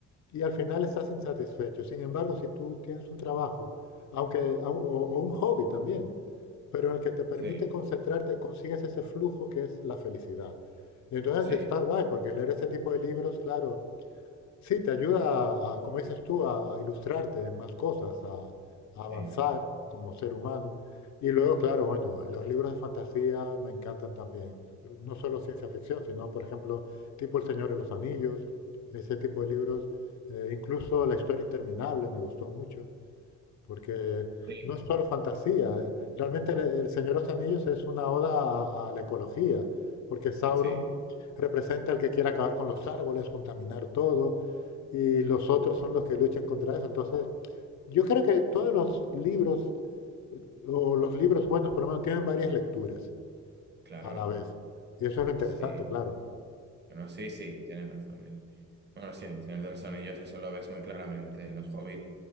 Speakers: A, on the left; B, on the right.
A: y al final estás insatisfecho. Sin embargo, si tú tienes un trabajo, aunque, o, o un hobby también, pero en el que te permite
B: sí,
A: concentrarte, consigues ese flujo que es la felicidad. Y entonces
B: sí,
A: está guay, porque leer ese tipo de libros, claro, Sí, te ayuda, a, como dices tú, a, a ilustrarte en más cosas, a, a avanzar
B: sí,
A: como ser humano. Y luego, claro, bueno, los libros de fantasía me encantan también. No solo ciencia ficción, sino, por ejemplo, tipo El Señor de los Anillos, ese tipo de libros. eh, incluso La historia interminable me gustó mucho porque
B: sí,
A: no es solo fantasía.
B: sí,
A: eh, Realmente el, el Señor de los Anillos es una oda a, a la ecología, porque Sauron
B: sí,
A: representa el que quiere acabar con los árboles, contaminar todo, y los otros son los que luchan contra eso. Entonces, yo creo que todos los libros, o los libros buenos por lo menos, tienen varias lecturas
B: claro.
A: a la vez. Y eso es lo interesante,
B: Sí,
A: claro.
B: bueno, sí, sí, tienes razón. El... Bueno, sí, el Señor de los Anillos eso lo ves muy claramente. Los hobbits